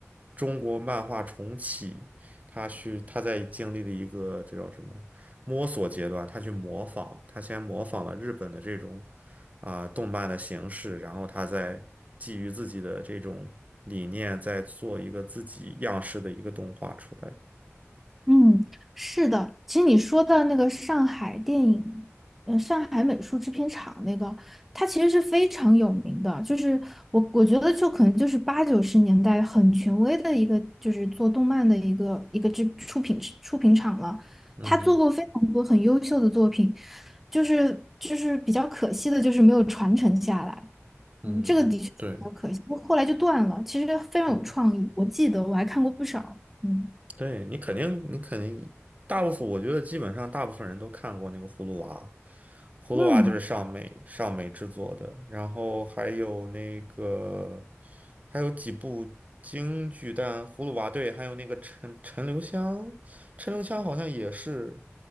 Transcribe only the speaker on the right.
中国漫画重启。他去他在经历了一个这叫什么摸索阶段，他去模仿，他先模仿了日本的这种啊、动漫的形式，然后他再基于自己的这种理念，再做一个自己样式的一个动画出来。
嗯哼，
嗯，
对。
嗯
对你肯定，你肯定，大部分我觉得基本上大部分人都看过那个《葫芦娃》，《葫芦娃》就是上美上美制作的，
然后还有那个还有几部京剧，但《葫芦娃》对，还有那个陈陈留香，陈留香好像也是